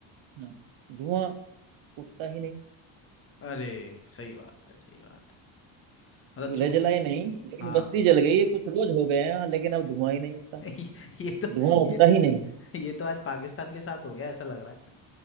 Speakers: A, on the right; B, on the left.
A: हाँ धुआं उठता ही नहीं
B: अरे सही बात है सही बात है मतलब
A: चूल्हे
B: चूल
A: जलाए नहीं लेकिन
B: हाँ
A: बस्ती जल गई है। कुछ रोज हो गए हैं लेकिन अब धुआं ही नहीं उठता
B: <laughs> ये तो
A: धुआं
B: ये
A: उठता ही
B: ये तो आज पाकिस्तान के साथ हो गया ऐसा लग रहा है